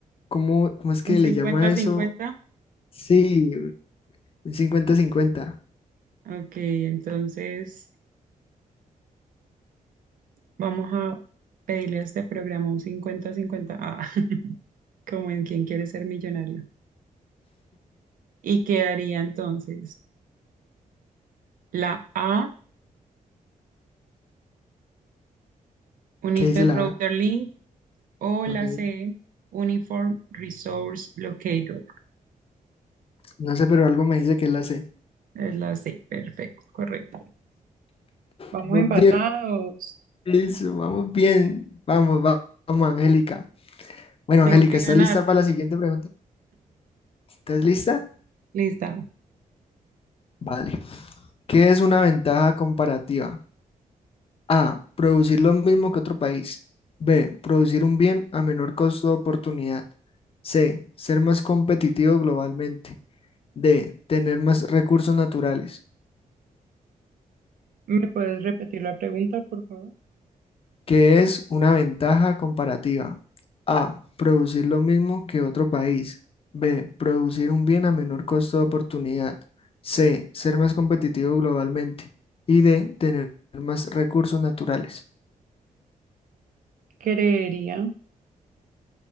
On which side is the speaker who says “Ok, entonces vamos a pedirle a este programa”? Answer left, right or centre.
Right